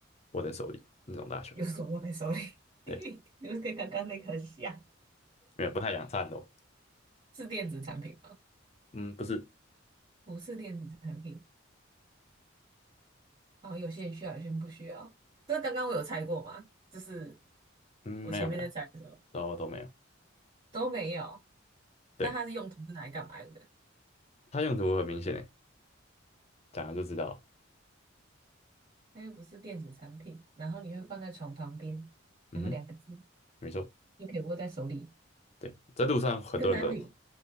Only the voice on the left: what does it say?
握在手里那种大小。
对，
没有不太阳伞哦。
嗯，不是，
嗯，
没有没有，都都没有。
对，它用途很明显诶，讲了就知道了。
嗯，
没错。
对，在路上很多人都有